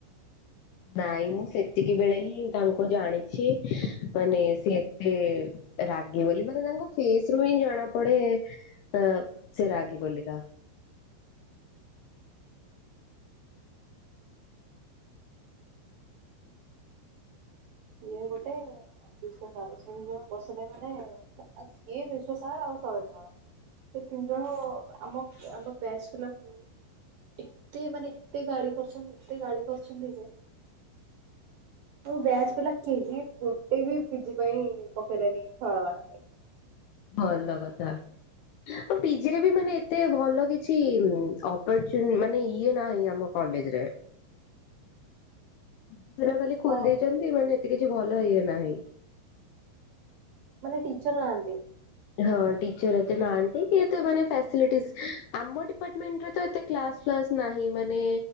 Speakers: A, on the left; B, on the right.
A: ନାଇଁ ମୁଁ ସେତିକି ବେଳେ ହିଁ ତାଙ୍କୁ ଜାଣିଛି, ମାନେ ସେ ଏତେ ରାଗି ବୋଲି, ମାନେ ତାଙ୍କ ଫେସରୁ ହିଁ ଜଣାପଡେ ଅ ସେ ରାଗି ବୋଲିକା।
B: ଇଏ ଗୋଟେ ଆଉ ବିଶ୍ୱ ସାର୍ ସିଏ ଦି ଜଣ ବସିଲେ ମାନେ, ସିଏ ବିଶ୍ଵ ସାର ଆଉ ଶରତ ସାର୍। ସେ ତିନି ଜଣ, ଆମ ଆମ ବ୍ୟାଚ ପିଲାକୁ ଏତେ ମାନେ ଏତେ ଗାଳି କରୁଛନ୍ତି ଏତେ ଗାଳି କରୁଛନ୍ତି ଯେ କୋଉ ବ୍ୟାଚ? ପିଲା କେହି ଗୋଟେ ବି ପି ଜି ପାଇଁ ପକେଇଲେନି ଫର୍ମ ରେ।
A: ଭଲ କଥା। ଆଉ ପି ଜିରେ ବି ମାନେ ଏତେ ଭଲ କିଛି, ଅପରଚୁନ ମାନେ ଇଏ ନାହିଁ ଆମ କଲେଜରେ ପି ଜି ହେରା ଖାଲି ଖୋଲି
B: ଅ
A: ଦେଇଛନ୍ତି, ମାନେ ଏତେ କିଛି ଭଲ ଇଏ ନାହିଁ।
B: ମାନେ ଟିଚର ନାହାଁନ୍ତି।
A: ହଁ ଟିଚର ଏତେ ନାହାଁନ୍ତି, କି ଏତେ ମାନେ ଫାସିଲିଟିସ ଆମ ଏଠି ଡିପାଟମେଣ୍ଟରେ ତ ଏତେ କ୍ଲାସ ଫ୍ଲାସ ନାହିଁ, ମାନେ